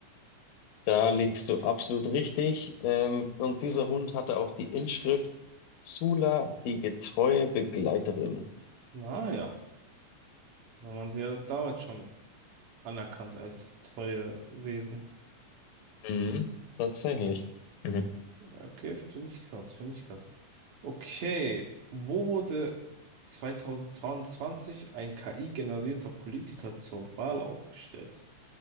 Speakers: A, on the left; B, on the right.
A: Da liegst du absolut richtig. Ähm, und dieser Hund hatte auch die Inschrift Sulla, die getreue Begleiterin.
B: Naja, wenn man dir damals schon anerkannt als treue Wesen.
A: Mhm, tatsächlich. Mhm.
B: Okay, finde ich krass, finde ich krass. Okay, wo wurde 2022 ein KI-generierter Politiker zur Wahl aufgestellt?